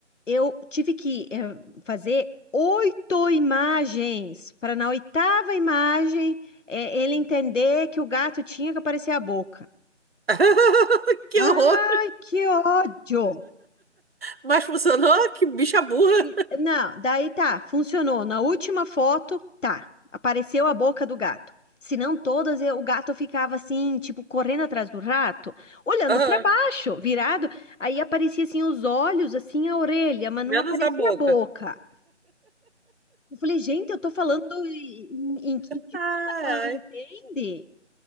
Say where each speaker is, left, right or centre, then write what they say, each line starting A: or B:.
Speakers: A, on the left; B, on the right.
A: Eu tive que eh, fazer oito imagens para na oitava imagem eh, ele entender que o gato tinha que aparecer a boca.
B: <laughs> Que
A: Ai,
B: horror!
A: que ódio!
B: Mas funcionou? Que bicha burra!
A: E- Não, daí tá, funcionou. Na última foto, tá, apareceu a boca do gato. Se não todas, eu- o gato ficava assim, tipo, correndo atrás do rato, olhando
B: Aham,
A: para baixo, virado. Aí aparecia assim os olhos, assim a orelha, mas
B: Menos
A: não aparecia
B: a boca.
A: a boca. Eu falei, gente, eu tô falando em, em que idioma
B: Ai,
A: que ela não entende?
B: ai.